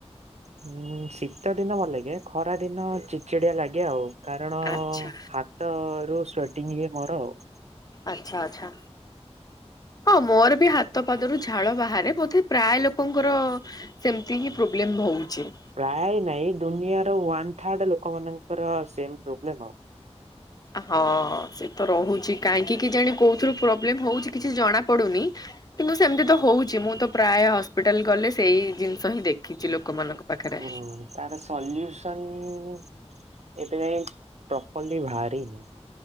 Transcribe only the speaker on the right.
ହୁଁ ଶୀତ ଦିନ ଭଲ ଲାଗେ ଖରା ଦିନ ଚିଡ୍ ଚିଡିଆ ଲାଗେ ଆଉ। କାରଣ
ହାତ ରୁ ସ୍ଵେଟିଂ ହୁଏ ମୋର ଆଉ।
ପ୍ରାୟ ନାଇଁ ଦୁନିଆର ୱାନ୍ ଥାର୍ଡ ଲୋକମାନଙ୍କର ସେମ ପ୍ରୋବ୍ଲେମ ଆଉ।
ହୁଁ। ତାର ସଲ୍ୟୁସନ ଏବେ ଯାଇ ପ୍ରପରଲି ବାହାରିନି।